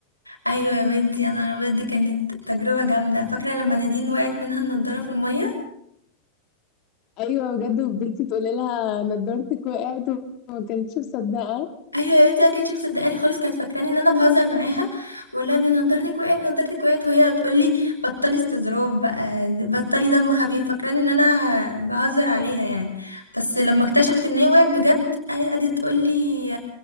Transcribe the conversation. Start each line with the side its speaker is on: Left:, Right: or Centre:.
Right: ايوه يا بنتي انا بجد كانت تجربه جامده فاكره لما نادين وقعت منها النضاره في الميه
Left: ايوه بجد وفضلتي تقولي لها نضارتك وقعت وما كانتش مصدقه
Right: ايوه يا بنتي ما كانتش مصدقاني خالص كانت فاكراني ان انا بهزر معاها بقول لها ان نضارتك وقعت نضارتك وقعت وهي بتقول لي بطلي استظراف بقى بطلي دم خفيف فاكراني ان انا بهزر عليها يعني بس لما اكتشفت ان هي وقعت بجد قعدت تقول لي